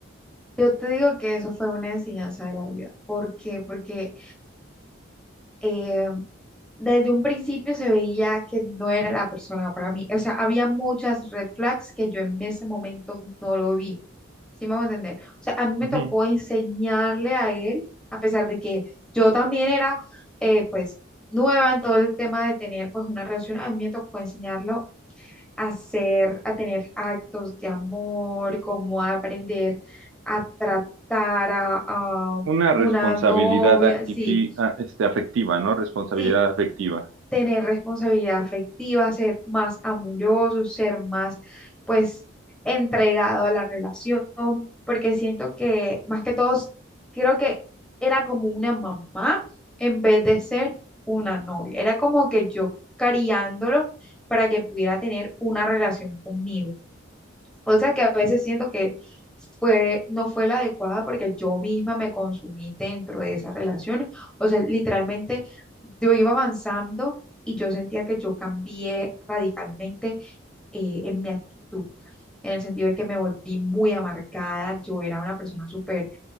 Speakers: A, in the centre; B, on the right (about 70°).
A: Yo te digo que eso fue una enseñanza de la vida. ¿Por qué? Porque eh, desde un principio se veía que no era la persona para mí. O sea, había muchas red flags que yo en ese momento no lo vi. ¿Sí me voy a entender? O sea, a mí me
B: Ujú.
A: tocó enseñarle a él, a pesar de que yo también era, eh, pues, nueva en todo el tema de tener, pues, una relación, a mí me tocó enseñarlo hacer, a tener actos de amor, cómo aprender a tratar a, a
B: Una responsabilidad
A: una novia,
B: actifi-
A: sí,
B: ah, este, afectiva, ¿no? Responsabilidad
A: sí,
B: afectiva.
A: tener responsabilidad afectiva, ser más amoroso, ser más, pues, entregado a la relación, porque siento que más que todos, creo que era como una mamá en vez de ser una novia, era como que yo cariándolo para que pudiera tener una relación conmigo. O sea que a veces siento que fue, no fue la adecuada porque yo misma me consumí dentro de esa relación. O sea, literalmente yo iba avanzando y yo sentía que yo cambié radicalmente eh, en mi actitud, en el sentido de que me volví muy amargada. Yo era una persona súper,